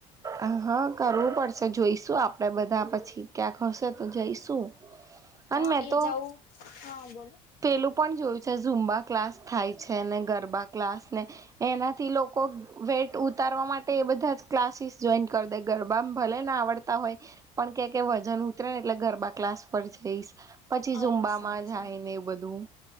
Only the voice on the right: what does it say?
હ હા કરવું પડશે જોઈશું આપણેે બધા પછી ક્યાંક હશે તો જઈશું. <inaudible>
તો
પેલું પણ જોયું છે ઝૂમબા ક્લાસ થાય છે ને ગરબા ક્લાસ ને એનાથી લોકો વેટ ઉતારવા માટે એ બધા જ ક્લાસીસ જોઈન કરી દે ગરબામાં ભલે ને આવડતા હોય પણ કે કે વજન ઉતરે ને એટલે ગરબા ક્લાસ પર જઈશ પછી ઝુંમબામાં
જાય ને એ બધું